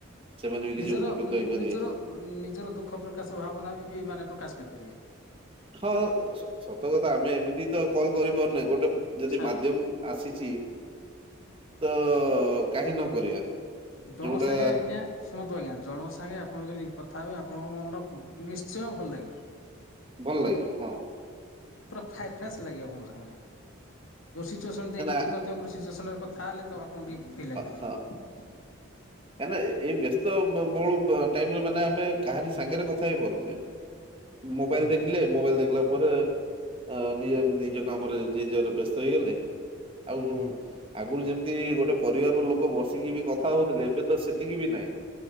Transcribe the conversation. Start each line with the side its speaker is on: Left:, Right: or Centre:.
Right: ସେମାନେ ବି କିଛି
Left: ନିଜର
Right: ଉପକୃତ
Left: ନିଜର
Right: ହେଇପାରିବେ।
Left: ନିଜର ଦୁଃଖ ପ୍ରକାଶ ଭାବନା ବି ବି ମାନେ ପ୍ରକାଶ କରିପାରିବେ
Right: ହଁ ସତ କଥା ଆ ଆମେ ଏମିତି ତ କଲ୍ କରିପାରୁନେ, ଗୋଟେ
Left: ଆଚ୍ଛା।
Right: ଯଦି ମାଧ୍ୟମ ଆସିଛି ତ କାହିଁ ନ କରିବା।
Left: ଜଣଙ୍କ
Right: ଯୋଉଟା
Left: ସାଙ୍ଗେ ଆଜ୍ଞା ଶୁଣନ୍ତୁ ଆଜ୍ଞା ଜଣଙ୍କ ସାଙ୍ଗେ ଆପଣ ଯଦି କଥା ହେବେ ଆପଣଙ୍କ ମନ ତ ନିଶ୍ଚୟ ଭଲ ଲାଗିବ।
Right: ଭଲ ଲାଗିବ ହଁ।
Left: ଫା ଫ୍ରେଶସ୍ ଲାଗିବ ଆପଣଙ୍କ ସାଙ୍ଗରେ, ଯେଉଁ ସିଚୁଏସନ୍ ଦେଇ ଗତି
Right: ହଁ
Left: କରୁଥିବା ଗୋଟେ ସିଚୁଏସନରେ କଥା ହେଲେ ତ ଆପଣଙ୍କୁ ଟିକେ ଫ୍ରି ଲାଗିବ।
Right: ହଁ କାହିଁକିନା ଏ ବ୍ୟସ୍ତ ବହୁଳ ଟାଇମରେ ମାନେ ଆମେ କାହାରି ସାଙ୍ଗରେ କଥା ହେଇପାରୁନେ। ମୋବାଇଲ
Left: ଆଜ୍ଞା
Right: ଦେଖିଲେ ମୋବାଇଲ ଦେଖିଲା ପରେ ଅ ନିଜ ନିଜ କାମରେ ଯିଏ ଯୁଆଡେ ବ୍ୟସ୍ତ ହେଇଗଲେ ଆଉ
Left: ଆଜ୍ଞା।
Right: ଆଗରୁ ଯେମିତି ଗୋଟେ ପରିବାରର ଲୋକ ବସିକି, ବି କଥା ହଉଥିଲେ ଏବେ ତ ସେତିକି ବି ନାହିଁ।